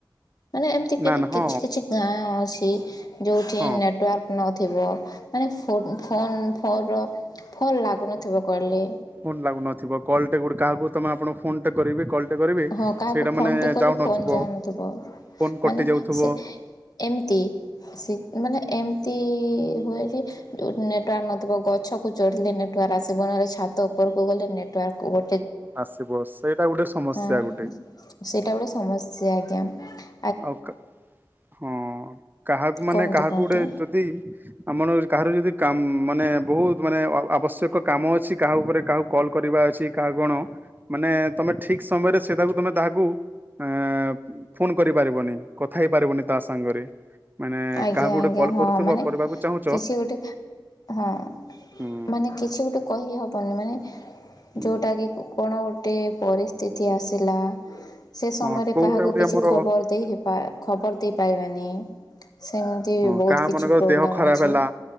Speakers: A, on the left; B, on the right.
A: ମାନେ ଏମିତି
B: ନା ନା ହଁ
A: କିଛି କିଛି ଗାଁ ଅଛି ସେ ଯୋଉଠି
B: ହଁ
A: ନେଟୱାର୍କ ନ ଥିବ ମାନେ ସ ଫୋନ୍ ଫର ଫନ୍ ଲାଗୁନଥିବ କହିଲେ।
B: ଫୋନ୍ ଲାଗୁନଥିବ କଲଟେ ଗୋଟେ କାହାକୁ ତମେ ଆପଣ ଫୋନଟେ କରିବେ କଲଟେ କରିବେ
A: ହଁ କାହାକୁ
B: ସେଇଟା
A: ଫୋନଟେ
B: ମାନେ
A: କଲେ
B: ଯାଉନଥିବ
A: ଫୋନ ଯାଉନଥୁବ
B: ଫୋନ କଟି
A: ମାନେ
B: ଯାଉଥିବ
A: ସେ ଏମତି ସେ ମାନେ ଏମିତି ହୁଏ ଯେ ନେଟୱାର୍କ ନଥିବ ଗଛକୁ ଚଢ଼ିଲେ ନେଟୱାର୍କ ଆସିବ ନହଲେ ଛାତ ଉପରକୁ ଗଲେ ନେଟୱାର୍କ ଗୋ
B: ଆସିବ ସେଇଟା ଗୋଟେ ସମସ୍ୟା
A: ହଁ
B: ଗୋ
A: ସେଇଟା ଗୋଟେ ସମସ୍ୟା ଏ ଯାଏଁ
B: ଆଉ କା ହଁ କାହାକୁ ମାନେ
A: କୁହନ୍ତୁ
B: କାହାକୁ
A: କୁହନ୍ତୁ
B: ଗୋଟେ ଯଦି ଆମର କାହାର ଯଦି କାନ୍ ମାନେ ବୋହୁତ ମାନେ ଆ-ଆବଶ୍ୟକ କାମ ଅଛି କାହା ଉପରେ କାହାକୁ କଲ୍ କରିବା ଅଛି କାହା କଣ ମାନେ ତମେ ଠିକ ସମୟରେ ସେଟାକୁ ତମେ ତାହାକୁ ଅ-ଫୋନ କରିପାରିବନି କଥା ହେଇ ପାରିବନି ତା ସାଙ୍ଗରେ। ମାନେ
A: ଆଜ୍ଞା
B: କାହାକୁ ଗୋଟେ
A: ଆଜ୍ଞା
B: କଲ୍
A: ହଁ
B: କରୁଥିବ
A: ମାନେ
B: କରିବାକୁ ଚାହୁଁଛ
A: କିଛି ଗୋଟେ ହଁ
B: ହୁଁ
A: ମାନେ କିଛି ଗୋଟେ କହି ହବନି ମାନେ
B: ହୁଁ
A: ଯୋଉଟା କିି କଣ? ଗୋଟିଏ ପରିସ୍ଥିତି ଆସିଲା ସେ ସମୟରେ
B: ହଁ କୋଉଟା
A: କାହାକୁ
B: ଗୋଟେ
A: କିଛି
B: ଆମର
A: ଖବର
B: ହଁ
A: ଦେଇ ହେଇପା ଖବର ଦେଇ ପାଇବାନି ସେମିତି
B: ହଁ
A: ବହୁତ
B: କାହା
A: କିଛି
B: ମନେକର
A: ପ୍ରୋବ୍ଲେମ
B: ଦେହ ଖରାପ
A: ଅଛି।
B: ହେଲା